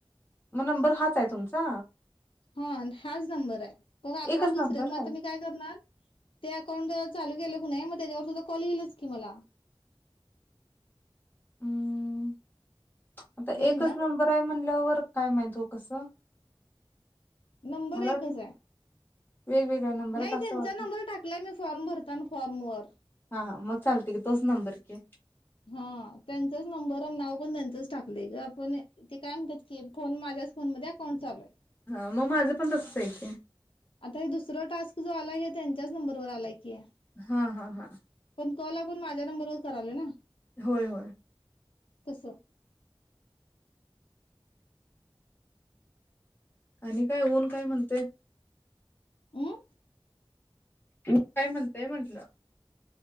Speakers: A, on the left; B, on the left.
A: मग, नंबर हाचय तुमचा.
B: ह, हाच नंबराय. पण अकाउंट
A: एकच नंबर
B: दुसर म
A: आहे
B: ता मी काय करणार, ते अकाउंट चालू केलं किनाई, मग त्याच्यावर तुझा कॉल येलच की मला.
A: <unintelligible> आता
B: येईल
A: एकच
B: ना?
A: नंबर आहे म्हणल्यावर काय माहित, हो कसं?
B: नंबर
A: मला
B: एकच
A: वाटलं
B: आहे.
A: वेगवेगळ्या नंबर
B: नाही
A: आहेत असं
B: त्यांचा
A: वाटलं
B: नंबर टाकला मी फॉर्म भरतान. फॉर्म वर.
A: हा हा मग चालते की तोच नंबर की.
B: हा, त्यांचाच नंबर न नाव पण त्यांचच टाक. ते ग, आपण तेे काय म्हणतात की, फोन माझ्याच फोन मध्ये अकाउंट चालूय.
A: मग मा माझं पण तसच हाय की.
B: आता हे दुसर टास्क जो आलाय, हे त्यांच्याच नंबरवर आलाय की.
A: हा, हा, हा.
B: कॉल आपण माझ्या नंबरवर करायलो ना?
A: होय, होय.
B: तसं
A: आणि काय, ऊन काय म्हणतय?
B: अमं.
A: तु <unintelligible> काय म्हणताय म्हंटलं?